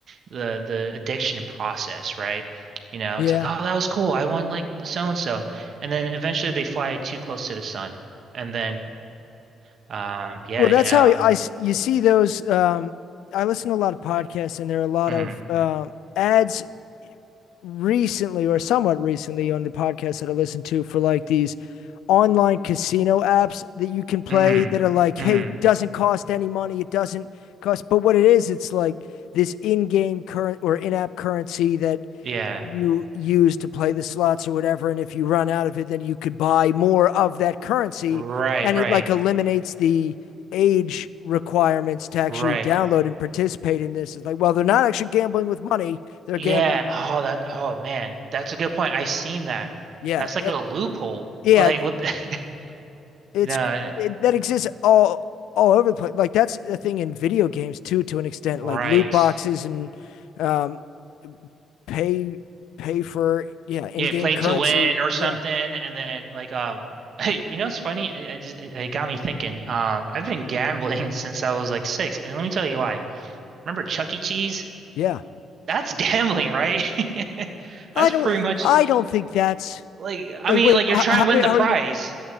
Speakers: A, on the right (about 55°); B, on the left (about 85°).
A: the the addiction process, right? You know,
B: Yeah.
A: it's like, oh, that was cool. I want like so and so, and then eventually they fly too close to the sun and then um, yeah,
B: Well, that's
A: you know.
B: how I you see those. Um, I listen to a lot of podcasts, and there are a lot
A: Mm,
B: of um, ads recently or somewhat recently on the podcasts that I listen to for like these online casino apps that you can play
A: mm,
B: that are like,
A: mm,
B: hey, it doesn't cost any money. It doesn't cost. But what it is, it's like this in-game current or in-app currency that
A: yeah.
B: you use to play the slots or whatever. And if you run out of it, then you could buy more of that currency.
A: Right,
B: And
A: right,
B: it like eliminates the age requirements to actually
A: right.
B: download and participate in this. It's like, well, they're not actually gambling with money. They're
A: Yeah.
B: gambling.
A: Oh, that. Oh, man, that's a good point. I seen that.
B: Yeah.
A: That's like
B: it-
A: a loophole.
B: yeah.
A: Like what? The, <laughs>
B: It's
A: no.
B: it, that exists all all over the place. Like that's the thing in video games too, to an extent,
A: Right.
B: like loot boxes and um, pay pay for yeah in-game
A: Yeah. Play
B: currency.
A: to win or something,
B: Yeah.
A: and then like um. <laughs> you know, it's funny. I, I just, it it got me thinking. Um, I've been gambling <laughs> since I was like six, and let me tell you why. Remember Chuck E. Cheese?
B: Yeah.
A: That's gambling, right? <laughs>
B: I
A: That's
B: don't
A: pretty much.
B: I don't think that's
A: Like, I
B: Like,
A: mean,
B: wait,
A: like
B: wh-
A: you're trying
B: how
A: to win
B: do,
A: the
B: how
A: prize.
B: are you?